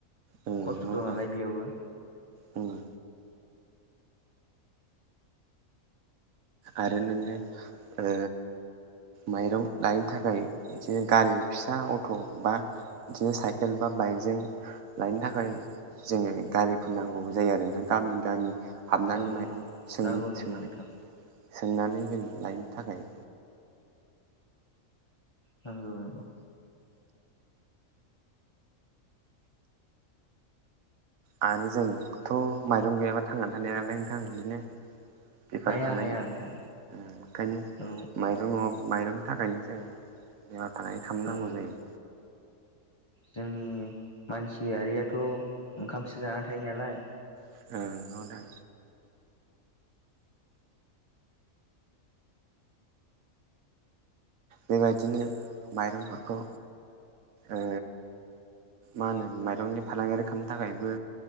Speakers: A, on the right; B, on the left.
A: उम
B: खस्थ'
A: नंगौ नोंथां
B: दं नालाय बेयावबो।
A: उम आरो नोङो ओ माइरं लायैनो थाखाय बिदिनो गारि फिसा अट' बा बिदिनो साइकेल बा बाइकजों लायनो थाखाय जोङो गारिफोर नांगौबो जायो आरो नोंथां गामि गामि हाबनानै
B: औ
A: माइरं सोङो
B: नांगौ नांगौ
A: सोंनानै
B: नोंथां
A: सोंनानै जों लायनो थाखाय
B: नंगौ नंगौ।
A: आरो जोंथ' माइरं गैयाबा थांनानै थानाय नालाय नोंथां इदिनो बेफार
B: हाया
A: फालांगि
B: हाया नोंथां
A: उम ओंखायनो
B: औ
A: माइ जोंङ' माइरंनि थाखायनो जों बेफार फालांगि खालामनांगौ
B: औ
A: जायो।
B: जोंनि मानसियारियाथ' ओंखामसो जाना थायो नालाय
A: ओं नंगौ नोंथां। बेबायदिनो माइरंफोरखौ ओ मा होनो माइरंनि फालांगारि खालामनो थाखायबो